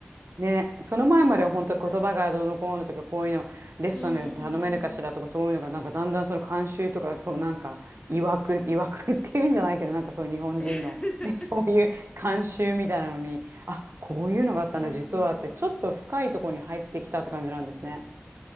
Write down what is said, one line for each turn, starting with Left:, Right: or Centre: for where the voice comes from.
Right: ね、その前までは本当言葉がどうのこうのとか、
Left: そう、だから、う
Right: こういうの、レストランで頼めるかしらとか、
Left: ーん。
Right: そういうのが、なんかだんだんその慣習とか、そうなんか、いわく、<laughs> いわくっていうんじゃないけど、なんかそういう日本人の、
Left: <laughs>
Right: ね、<laughs> そういう慣習みたいなのに、あ、こういうのがあったんだ、
Left: そうそうそう。
Right: 実はって、ちょっと深いところに入ってきたって感じなんですね。